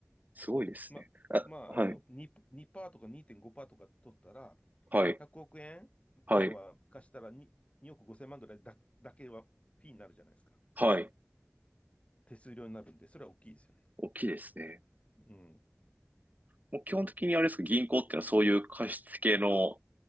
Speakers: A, on the right (about 35°); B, on the left (about 25°).
A: すごいですね。
B: ま、
A: あ、
B: まあ、
A: はい。
B: あの、2、にパーとか2.5%とか取ったら、
A: はい。
B: 100億円、
A: はい。
B: 要は貸したら2、2億5千万ぐらいだ、だけはフィーになるじゃないですか。
A: はい。
B: 手数料になるんで、それは大きいですよね。
A: 大きいですね。
B: うん。
A: もう基本的にあれですか、銀行っていうのはそういう貸付系の